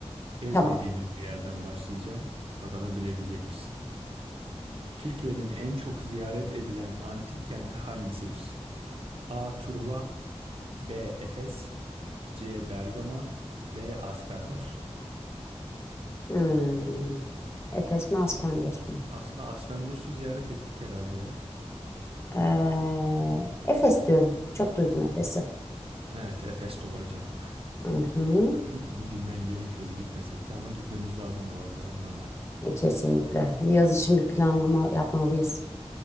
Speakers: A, on the right (about 55°); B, on the left (about 25°).
A: Gezmediğimiz
B: Tamam.
A: bir yerden başlayacağım. Bakalım bilebilecek misin? Türkiye'nin en çok ziyaret edilen antik kenti hangisidir? A. Truva B. Efes C. Bergama D. Aspendos.
B: Hmm. Efes mi Aspendos mu?
A: Aslında Aspendos'u ziyaret ettik herhalde ya.
B: Ee, Efes diyorum. Çok duydum Efes'i.
A: Evet Efes doğru cevap.
B: Hı hı.
A: Zaten bunu bilmen gerekiyordu gitmesek de ama gitmemiz lazım bu arada buna da.
B: E, Kesinlikle. Bir yaz için bir planlama yapmalıyız.